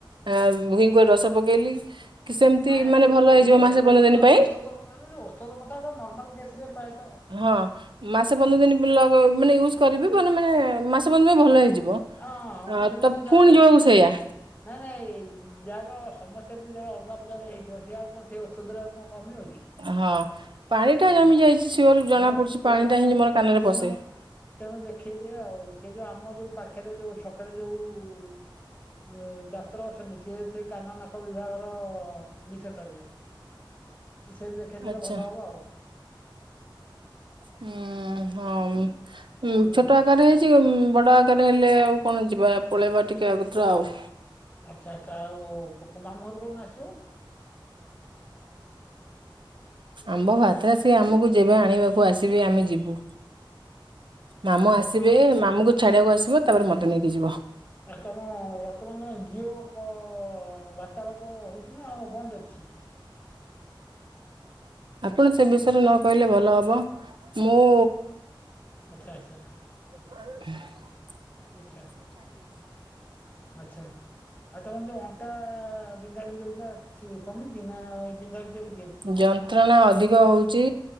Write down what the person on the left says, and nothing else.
ନାାଇ
ସେ ଯୋଉ
ଏ ଯଉ
ଔଷଧ
ଔଷଧ ଔଷଧ କଥା ନର୍ମାଲରେ ପ୍ରାୟତ
ହଁ ହଁ ସେ କିନ୍ତୁ
ଯାହାର
ନାଇଁ ନାଇଁ। ଯାହାର ସମସ୍ୟା ଟ ଯା ଅଲଗା ପ୍ରକାରାରେ ହେଇଛି ସେ ଆଉ କଣ ସେଇ ଷଧରେ ଆଉ କଣ? କମିବ କି
ତେଣ
ତେଣୁ
ତେଣୁ
ତେଣୁ
ତେଣୁ ଦେଖେଇଦିଏ ଆଉ ସେ ଯୋଉ ଆମ ଯୋଉ ପାଖରେ ଯୋଉ ଛକରେ ଯୋଉ ଡାକ୍ତର ଅଛନ୍ତି ସିଏ ସେ କାନ ନାକ ବିଭାଗର। ବିଶେଷଜ୍ଞ। ସେଇଠି ଦେଖେଇଦେଲେ
ଭଲ ହବ ଆଉ
ହୁଁ
ଆଛା ଆଚ୍ଛା ଆଉ ମାମୁଁ ଘର କଠୁ ଆସିବୁ
ଆଉ ବର୍ତ୍ତମାନ
ଆଉ ତମ ବର୍ତ୍ତମାନ ତମେ ଝିଅ କ ବାର୍ତ୍ତାଳାପ ହଉଛି ନା ଆଉ ବନ୍ଦ ଅଛି। <inaudible>
ଆଛା ଆଚ୍ଛା।
ଆଛା ଆଛା ଆ ତମର ଯୋଉ ଅଣ୍ଟା ବିନ୍ଧା ବିନ୍ଧି ଯଉଥିଲା ସେ କମିଛି ନା ବିନ୍ଧା ବିନ୍ଧ ହୋ